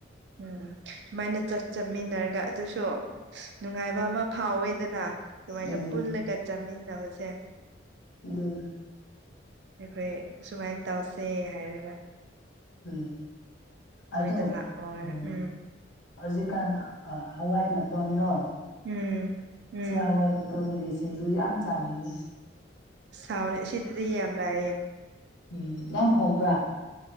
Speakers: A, on the right (about 60°); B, on the left (about 80°).
A: ꯎꯝ ꯁꯨꯃꯥꯏꯅ ꯆꯠ ꯆꯃꯤꯟꯅꯔꯒ ꯑꯗꯨꯁꯨ ꯅꯨꯡꯉꯥꯏꯕ ꯑꯃ ꯐꯥꯎꯋꯦꯗꯅ ꯁꯨꯃꯥꯏꯅ
B: ꯎꯝ
A: ꯄꯨꯜꯂꯒ ꯆꯥꯃꯤꯟꯅꯕꯁꯦ
B: ꯑꯗꯨꯅꯤ
A: ꯑꯩꯈꯣꯏ ꯁꯨꯃꯥꯏꯅ ꯇꯧꯁꯦ ꯍꯥꯏꯔꯒ
B: ꯎꯝ
A: ꯃꯣꯏꯗ
B: ꯑꯗꯣ
A: ꯂꯥꯛꯑꯣ
B: ꯎ
A: ꯎꯝ
B: ꯍꯧꯖꯤꯛꯀꯥꯟ ꯑ ꯍꯋꯥꯏ ꯃꯇꯣꯟꯗꯣ
A: ꯎꯝ ꯎꯝ
B: ꯆꯦ ꯍꯋꯥꯏ ꯇꯣꯟꯒꯤ ꯁꯤꯡꯖꯨ ꯌꯥꯝ ꯆꯥꯅꯤꯡꯉꯦ
A: ꯑ ꯁꯥꯎꯅꯦ ꯁꯤꯗꯗꯤ ꯌꯥꯝ ꯂꯩꯌꯦ
B: ꯎꯝ ꯌꯥꯝ ꯍꯣꯡꯕ꯭ꯔꯥ